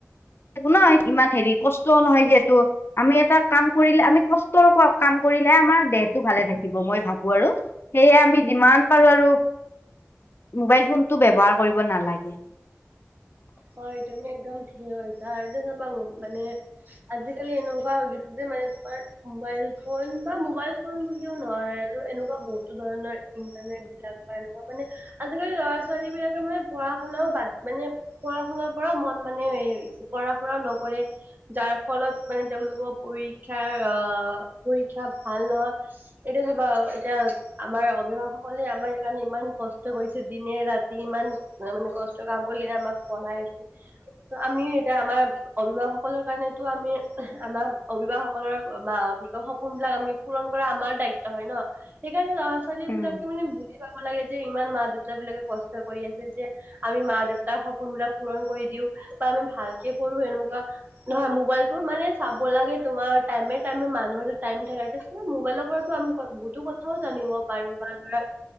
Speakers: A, on the left; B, on the right.
A: থাকোঁ ন ইমান হেৰি কষ্ট নহয় যিহেতু আমি এটা কাম। কৰিলে আমি কষ্টৰ কাম কৰিলেহে আমাৰ দেহটো ভালে থাকিব মই ভাবো আৰু সেয়ে আমি যিমান পাৰো আৰু মোবাইল ফোনটো ব্যৱহাৰ কৰিব নালাগে।
B: হয় তুমি একদম ঠিকে কইছা আৰু তাৰপিচপা মানে। আজিকালি এনেকুৱা হৈ গৈছে যে মানে তোমাৰ মোবাইল ফোন বা মোবাইল ফোন বুলিও নহয় আৰু এনেকুৱা বহুতো ধৰণৰ ইন্টাৰনেট বিলাক পাই নহয় মানে। আজিকালি ল'ৰা ছোৱালী বিলাকে মানে পঢ়া শুনাও বাদ মানে। পঢ়া শুনাৰ পৰা মন মানে পঢ়া শুনাও নকৰে যাৰ ফলত মানে তেওঁলোকৰ পৰীক্ষাৰ আহ পৰীক্ষা ভাল নহয়। এইটো চাবা এতিয়া আমাৰ অভিভাৱক সকলে আমাৰ সেইকাৰণে ইমান কষ্ট কৰিছে দিনে ৰাতি ইমান। মানে কষ্ট কাম কৰি কিনে আমাক পঢ়াই আছে আমিও এতিয়া আমাৰ। অভিভাৱক সকলৰ কাৰণেতো আমি আমাৰ অভিভাৱ সকলৰ বা কি কয় স পোন বিলাক আমি পূৰণ কৰা আমাৰ দায়িত্ব হয় ন সেই কাৰণে ল'ৰা-ছোৱালী
A: উম,
B: বিলাকে মানে বুজি বুজি পাব লাগে যে ইমান মা -দেউতা বিলাকে কষ্ট কৰি আছে যে আমি মা-দেউতাক সপোণ সপোনবিলাক পূৰণ কৰি দিও বা আমি ভালকে পঢ়ো এনেকুৱা নহয় মোবাইলটো মানে চাব লাগে তোমাৰ টাইমে টাইমে মানুহ এটা টাইম থাকে যে মোবাইলৰ পৰাটো আমি বহুতো কথাও জানিব পাৰো বা ধৰা